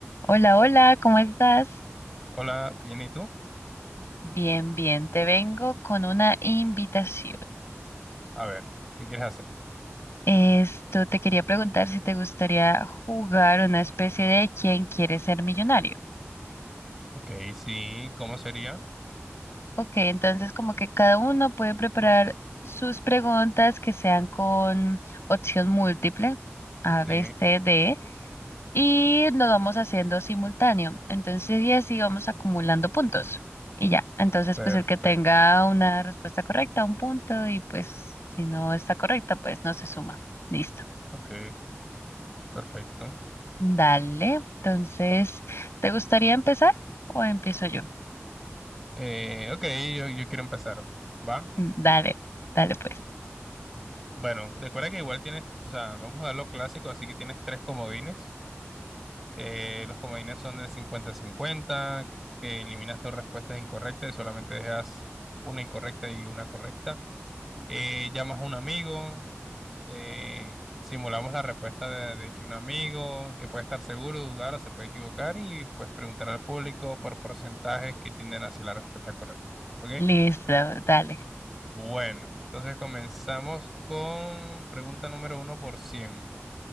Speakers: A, on the left; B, in the centre.
A: Hola, hola, ¿cómo estás?
B: Hola, bien, ¿y tú?
A: Bien, bien, te vengo con una invitación.
B: A ver, ¿qué quieres hacer?
A: Esto te quería preguntar si te gustaría jugar una especie de ¿Quién quiere ser millonario?
B: Ok, sí, ¿cómo sería?
A: Ok, entonces como que cada uno puede preparar sus preguntas que sean con opción múltiple, A,
B: Sí,
A: B, C, D. y lo vamos haciendo simultáneo. Entonces, y así vamos acumulando puntos. Y ya, entonces,
B: perfecto.
A: pues el que tenga una respuesta correcta, un punto, y pues si no está correcta, pues no se suma. Listo.
B: Ok, perfecto.
A: Dale. Entonces, ¿te gustaría empezar o empiezo yo?
B: Eh, ok, yo, yo quiero empezar. ¿Va?
A: Mm, Dale, dale pues.
B: Bueno, recuerda que igual tienes, o sea, vamos a lo clásico, así que tienes tres comodines. Eh, los comodines son el cincuenta-cincuenta, que eliminas dos respuestas incorrectas y solamente dejas una incorrecta y una correcta. Eh, llamas a un amigo, eh, simulamos la respuesta de, de que un amigo que puede estar seguro, dudar o se puede equivocar y pues preguntar al público por porcentajes que tienden hacia la respuesta correcta. ¿Ok?
A: Listo, dale. <gasps>
B: Bueno, entonces comenzamos con pregunta número uno por cien